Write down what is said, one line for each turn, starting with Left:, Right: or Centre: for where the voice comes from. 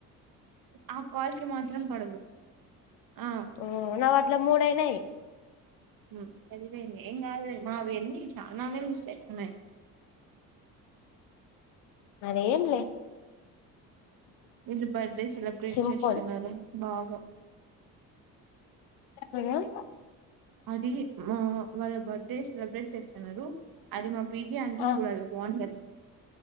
Right: ఆ కాల్ కి మాత్రం పడదు ఆ
Left: ఓ నావ ఇట్లా మూడయినాయి
Right: హ చరవేని ఏం కావు లే చనానే మిస్ అయితునై
Left: అరే ఏం లే
Right: వీళ్లు బర్త్డే సెలబ్రేట్
Left: సింపుల్
Right: చేస్తాన్నారు బాగా
Left: లియా
Right: అది ఓ వాళ్ళ బర్త్డే సెలబ్రేట్ చేస్త అన్నారు అది మా పీజీ అంటి
Left: ఆ
Right: చూడాలి బాగుంటది